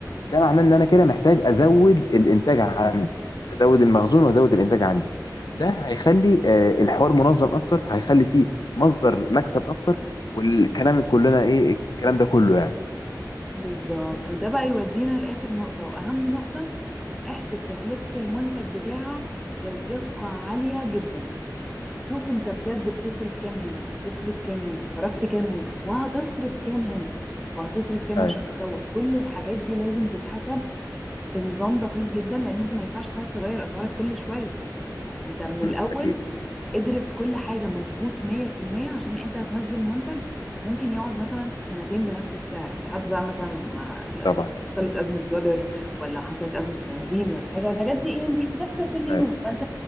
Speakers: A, on the left; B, in the centre.
A: ده معناه ان انا كده محتاج ازود الانتاج عندي ازود المخزون وازود الانتاج عندي ده هيخلي آه، الحوار منظم اكتر هيخلي فيه مصدر مكسب اكتر والكلام كلنا ايه الكلام ده كله يعني
B: بالظبط وده بقى يودينا لاخر نقطه واهم نقطه احسب تكلفه المنتج بتاعك بدقه عاليه جدا شوف انت بجد بتصرف كام هنا وتصرف كام هنا صرفت كام هنا وهتصرف كام هنا وهتصرف كام
A: ايوه
B: عشان تطور كل الحاجات دي لازم تتحسب بنظام دقيق جدا لان انت ما ينفعش تقعد تغير اسعارك كل شوية انت من الاول
A: أمم، اكيد
B: ادرس كل حاجة مظبوط 100% عشان انت هتنزل منتج ممكن يقعد مثلا سنتين بنفس السعر لحد بقى مثلا ما ل-
A: طبعا
B: حصلت أزمة دولار ولا حصلت أزمة بنزين ولا حاجة والحاجات دي ايه مش بتحصل كل يوم
A: ايوه
B: فانت